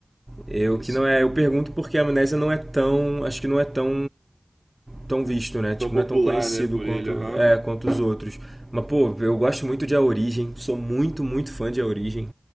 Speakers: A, on the right (about 20°); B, on the right (about 55°).
A: Eu
B: Esse-
A: que não é, eu pergunto porque a amnésia não é tão, acho que não é tão tão visto, né?
B: Tão
A: Tipo,
B: popular,
A: não é tão conhecido
B: né, por
A: quanto
B: ele, aham.
A: é, quanto os outros. Mas pô, eu gosto muito de A Origem, sou muito, muito fã de A Origem.